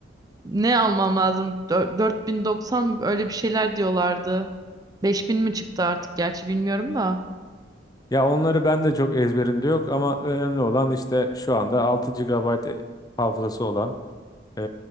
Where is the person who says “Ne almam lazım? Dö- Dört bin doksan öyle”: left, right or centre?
Right